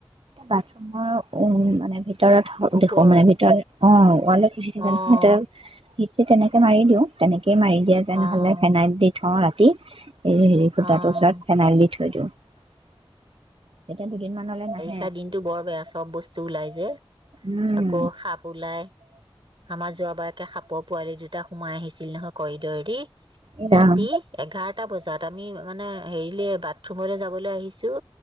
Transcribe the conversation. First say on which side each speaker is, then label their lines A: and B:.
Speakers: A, on the right; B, on the right.
A: বাথৰুমৰ উম মানে ভিতৰত
B: ওপৰত
A: দেখো মানে ভিতৰত অ ওয়ালত <unintelligible>
B: অ'
A: তেনেকে মাৰি দিওঁ। ফেন মাৰি দিয়া যেন
B: অ'
A: হলে ফেনাইল দি থওঁ ৰাতি কি? এই হেৰি ফুটাটো
B: অ'
A: চাই ফেনাইল দি থ <inaudible> তেতিয়া দুদিন মানলৈ নাহ
B: তাত দিনতটো বৰ বেয়া চব বস্তু ওলাই যে,
A: উম
B: আকৌ সাপ ওলাই আমাৰ যোৱাবাৰকে সাপৰ পোৱালি দুটা সোমাই আহিছিল নহয়, কৰিডৰদি
A: এই ৰাম
B: ৰাতি এঘাৰটা বজাত। আমি মানে হেৰিলে বাথৰুমলৈ যাবলৈ আহিছোঁ।